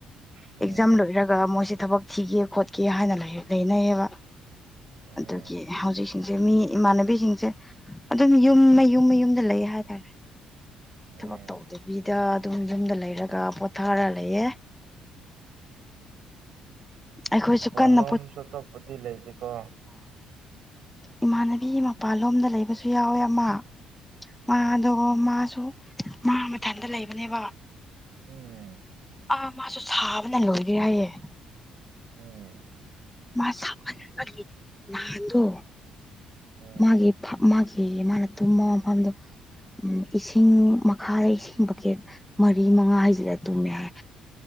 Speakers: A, on the right; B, in the centre.
A: ꯎꯝ
B: ꯑꯦꯛꯖꯥꯝ ꯂꯣꯏꯔꯒ ꯃꯣꯏꯁꯦ ꯊꯕꯛ ꯊꯤꯒꯦ ꯈꯣꯠꯀꯦ ꯍꯥꯏꯅ ꯂꯩꯅꯩꯌꯦꯕ
A: ꯎꯝ
B: ꯑꯗꯨꯒꯤ ꯍꯧꯖꯤꯛꯁꯤꯡꯁꯦ ꯃꯤ ꯏꯃꯥꯟꯅꯕꯤꯁꯤꯡꯁꯦ ꯑꯗꯨꯝ ꯌꯨꯝ ꯃꯌꯨꯝ ꯃꯌꯨꯝꯗ ꯂꯩ ꯍꯥꯏꯇꯥꯔꯦ
A: ꯎꯝ ꯎꯝ
B: ꯊꯕꯛ ꯇꯧꯗꯕꯤꯗ ꯑꯗꯨꯝ ꯌꯨꯝꯗ ꯂꯩꯔꯒ ꯄꯣꯊꯥꯔ ꯂꯩꯑꯦ ꯑꯩꯈꯣꯏꯁꯨ
A: ꯎꯝ ꯐꯂꯣ
B: ꯀꯟꯅ
A: ꯑꯝꯁꯨꯇ ꯄꯗꯤꯤ ꯂꯩꯗꯤꯦꯀꯣ
B: ꯏꯃꯥꯟꯅꯕꯤꯒꯤ ꯃꯄꯥꯜ ꯂꯣꯝꯗ ꯂꯩꯕꯁꯨ ꯌꯥꯎꯋꯦ ꯑꯃ
A: ꯎꯝ
B: ꯃꯥꯗꯣ ꯃꯥꯁꯨ ꯃꯥ ꯃꯊꯟꯇ ꯂꯩꯕꯅꯦꯕ
A: ꯎꯝ
B: ꯑꯥ ꯃꯥꯁꯨ ꯁꯥꯕꯅ ꯂꯣꯏꯒꯦ ꯍꯥꯏꯌꯦꯦ
A: ꯎꯝ
B: ꯃꯥ ꯁꯃꯜ ꯃꯥꯒꯤ ꯅꯍꯥꯟꯗ
A: ꯎꯝ
B: ꯃꯥꯒꯤ ꯃꯥꯒꯤ ꯃꯥꯅ ꯇꯨꯝꯕ ꯃꯐꯝꯗ ꯎꯝ ꯏꯁꯤꯡ ꯃꯈꯥꯗ ꯏꯁꯤꯡ ꯀꯦꯠ ꯃꯔꯤ ꯃꯉꯥ ꯍꯥꯏꯁꯤꯗ ꯇꯨꯝꯃꯦ ꯍꯥꯏ